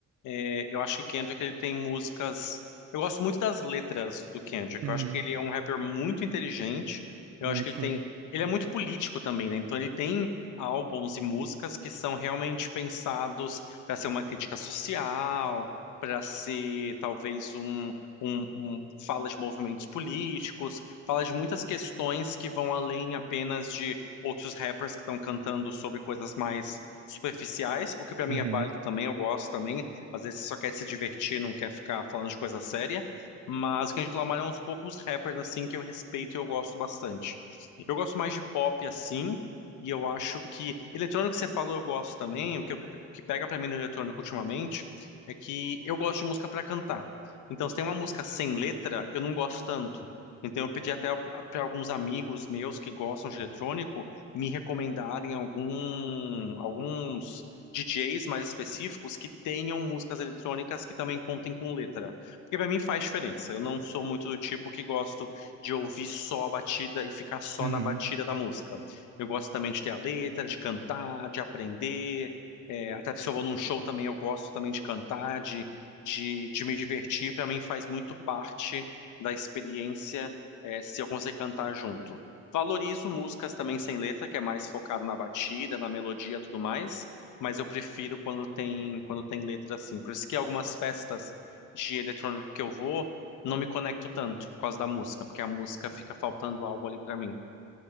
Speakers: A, on the left; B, on the right.
A: é, eu acho que o Kendrick ele tem músicas. Eu gosto muito das letras do Kendrick.
B: Uhum,
A: Eu acho que ele é um rapper muito inteligente. Eu
B: muito
A: acho que ele tem.
B: mesmo.
A: Ele é muito político também, né? Então ele tem álbuns e músicas que são realmente pensados para ser uma crítica social, para ser talvez um, um, um fala de movimentos políticos, fala de muitas questões que vão além apenas de outros rappers que estão cantando sobre coisas mais superficiais, o que pra mim
B: Uhum,
A: é válido também, eu gosto também. Às vezes você só quer se divertir, não quer ficar falando de coisa séria. Mas o Kendrick Lamar é um dos poucos rappers assim que eu respeito e eu gosto bastante. Eu gosto mais de pop assim, e eu acho que eletrônico que você falou eu gosto também. O que, eu- o que pega pra mim no eletrônico ultimamente é que eu gosto de música pra cantar. Então, se tem uma música sem letra, eu não gosto tanto. Então, eu pedi até para alguns amigos meus que gostam de eletrônico me recomendarem algum, alguns DJs mais específicos que tenham músicas eletrônicas que também contem com letra. Porque pra mim faz diferença. Eu não sou muito do tipo que gosto de ouvir só a batida e ficar só
B: uhum.
A: na batida da música. Eu gosto também de ter a letra, de cantar, de aprender. É, até se eu vou num show também, eu gosto também de cantar, de, de, de me divertir. Pra mim faz muito parte da experiência, é, se eu conseguir cantar junto. Valorizo músicas também sem letra, que é mais focado na batida, na melodia e tudo mais mas eu prefiro quando tem quando tem letra assim. Por isso que algumas festas de eletrônico que eu vou, não me conecto tanto por causa da música, porque a música fica faltando algo ali pra mim.